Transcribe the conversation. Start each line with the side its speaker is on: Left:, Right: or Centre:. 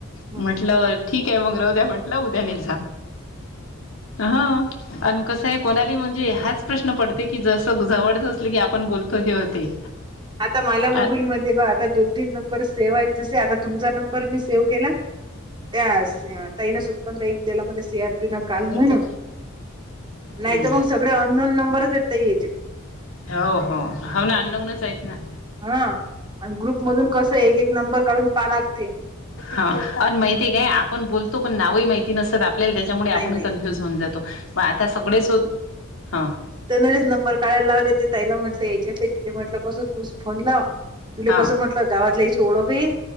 Right: हम्म
Left: म्हटलं ठीकय मग राह द्या म्हटलं उद्याने हा अन कसं आहे कोणाली म्हणजे हाच प्रश्न पडते की जसं जवळच असले की आपण बोलतो हे होते
Right: आता माझ्या
Left: काय
Right: मोबाईलमध्येध्ये बा आता दोन तीन नंबर सेव्ह आहेत जसे आता तुमचा नंबर मी सेव्ह केला त्या ताईनं सुपन ताईन दिला मले सिया नकाल
Left: करतात
Right: म्हणून नाही
Left: हम्म
Right: तर मग सगळे अननोन नंबरच येत याचे
Left: हो हो ह अन्नोनच ना
Right: हा आणि ग्रुप मधून कसं एक एक नंबर काढून पा लागते
Left: ह अ माहिती काय आपण बोलतो पण नावही माहिती नसतात त्याच्यामुळे आपण
Right: नाही नाही
Left: कन्फ्युज होऊन जातो म आता सगळेच ह
Right: तर नरीच नंबर काढायला लावले ते तईला म्हटलं याच्यातले तिने म्हटलं कस तूच फोन लाव तुला
Left: हा
Right: कसं म्हटलं गावातल्या याची ओळख आहे